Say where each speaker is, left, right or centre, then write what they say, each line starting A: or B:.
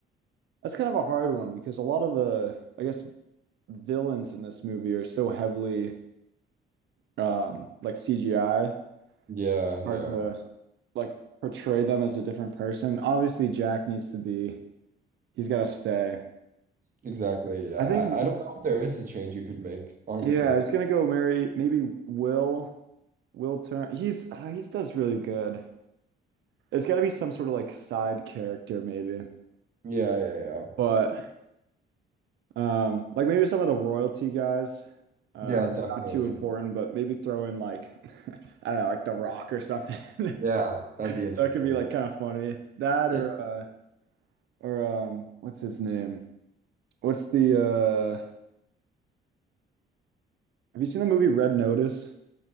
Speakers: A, on the right; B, on the right.
A: that's kind of a hard one because a lot of the I guess villains in this movie are so heavily um like CGI,
B: Yeah, yeah,
A: hard to like portray them as a different person. Obviously Jack needs to be he's got to stay.
B: exactly. Yeah, I,
A: I think,
B: I don't know if there is a change you could make, honestly.
A: yeah, it's gonna go Mary. Maybe Will Will turn. He's uh, he's does really good. It's got to be some sort of like side character, maybe.
B: Yeah, yeah, yeah.
A: But um, like maybe some of the royalty guys. Uh,
B: Yeah, definitely.
A: not too important, but maybe throw in like <laughs> I don't know, like The Rock or something. <laughs>
B: Yeah, that'd be interesting.
A: That could be like kind of funny. That
B: Yeah,
A: or uh or um, what's his name? What's the uh? Have you seen the movie Red Notice?